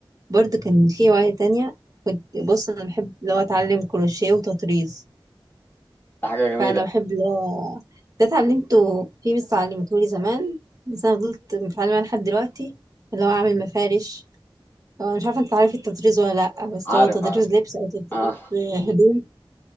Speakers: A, on the right (about 40°); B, on the left (about 25°).
A: برضو كان في هواية تانية كنت بص انا بحب اللي هو اتعلم كروشيه وتطريز
B: ده حاجة جميلة
A: فانا بحب اللي هو ده اتعلمته في مس علمته لي زمان بس انا فضلت متعلمة لحد دلوقتي اللي هو اعمل مفارش طبعا مش عارفة انت عارف التطريز ولا لأ بس
B: عارف
A: هو تطريز
B: عارف
A: لبس او تطريز
B: آه
A: هدوم